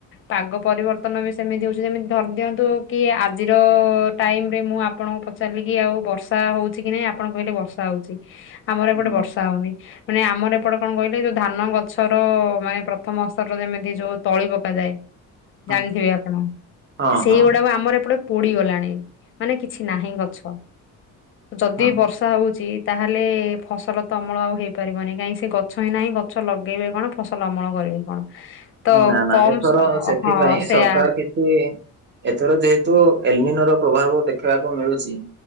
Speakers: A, on the left; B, on the right.
A: ପାଗ ପରିବର୍ତ୍ତନ ବି ସେମିତି ହୋଉଚି ଯେମିତି ଧରିଦିଅନ୍ତୁ କି ଆଜିର ଟାଇମ୍ ରେ ମୁଁ ଆପଣଙ୍କୁ ପଚାରିଲି କି ଆଉ ବର୍ଷା ହେଉଛି କି ନାହିଁ? ଆ ଆପଣ କହିଲେ ବର୍ଷା ହଉଛି, ଆମର ଏପଟେ
B: ହୁଁ
A: ବର୍ଷା ହଉନି। ମାନେ ଆମର ଏପଟେ କଣ କହିଲେ, ଯୋଉ ଧାନ ଗଛର ମାନେ ପ୍ରଥମ ସ୍ତରର ଯେମିତି ଯୋଉ ତଳି ପକାଯାଏ।
B: <inaudible>
A: ଜାଣିଥିବେ ଆପଣ ଆ
B: ହଁ
A: ସେଇଗୁଡା
B: ହଁ।
A: ବା ଆମର ଏପଟେ ପୋଡି ଗଲାଣି ମାନେ କିଛି ନାହିଁ ଗଛ, ଯଦି
B: ହଁ
A: ବର୍ଷ ବର୍ଷା ହଉଛି, ତାହେଲେ ଫସଲ ତ ଅମଳ ଆଉ ହେଇପାରିବନି, କାହିଁ ସେ ଗଛ ହିଁ ନାହିଁ ଗ ଗଛ ଲଗେଇବେ କଣ, ଫସଲ ଅମଳ କରିବେ କଣ? ତ
B: ନା ନା
A: କମ
B: ଏଥର
A: ସ
B: ସେଥିପାଇଁ
A: ହଁ ସେୟା
B: ସରକାର କିଏ ଏଥର ଯେହେତୁ ଏଲନିନୋ ର ପ୍ରଭାବ ଦେଖିବାକୁ ମିଳୁଚି